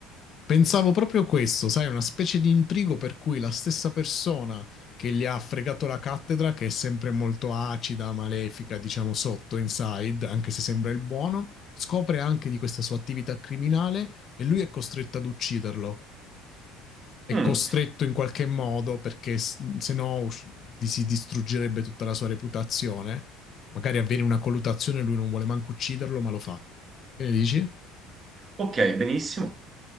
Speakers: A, on the left (about 45°); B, on the right (about 35°).
A: Pensavo proprio questo, sai, una specie di intrigo per cui la stessa persona che gli ha fregato la cattedra, che è sempre molto acida, malefica, diciamo sotto, inside, anche se sembra il buono, scopre anche di questa sua attività criminale e lui è costretto ad ucciderlo. È
B: Mm.
A: costretto in qualche modo perché s- se no us- di- si distruggerebbe tutta la sua reputazione. Magari avviene una colluttazione e lui non vuole manco ucciderlo, ma lo fa. Che ne dici?
B: Ok, benissimo.